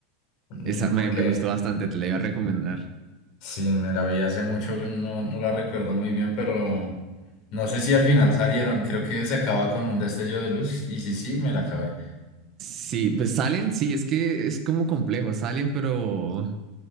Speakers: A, on the left (about 55°); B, on the right (about 40°).
A: mm,
B: Esa me,
A: porque
B: me gustó bastante, te la iba a recomendar.
A: sí, me la vi hace mucho, no, no la recuerdo muy bien, pero no sé si al final salieron. Creo que se acaba con un destello de luz y sí, sí, me la acabé.
B: Sí, pues salen, sí, es que es como complejo, salen, pero